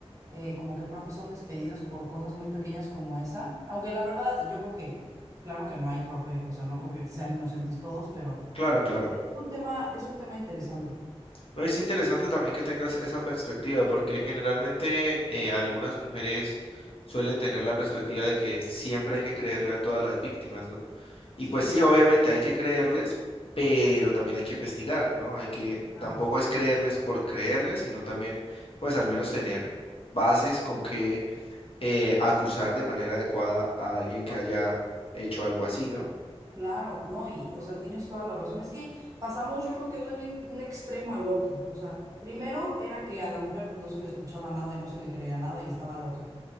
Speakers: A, on the right; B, on the left.
A: eh, como que profes son despedidos por cosas muy pequeñas como esa. Aunque la verdad, yo creo que, claro que no hay profe, o sea, no creo que sean inocentes todos, pero
B: claro, claro.
A: no, es un tema, es un tema interesante.
B: No, es interesante también que tengas esa perspectiva, porque generalmente eh, algunas mujeres suelen tener la perspectiva de que siempre hay que creerle a todas las víctimas, ¿no? Y
A: Sí,
B: pues sí, obviamente hay que creerles, pero también hay que investigar, ¿no? Hay que,
A: claro.
B: tampoco es creerles por creerles, sino también, pues al menos tener bases con que eh, acusar de manera adecuada a alguien que haya hecho algo así, ¿no?
A: Claro, no, y, o sea, tienes toda la razón. Es que pasamos, yo creo que de un, e- un extremo al otro. O sea, primero era que a la mujer pues no se le escuchaba nada y no se le creía nada y estaba loca.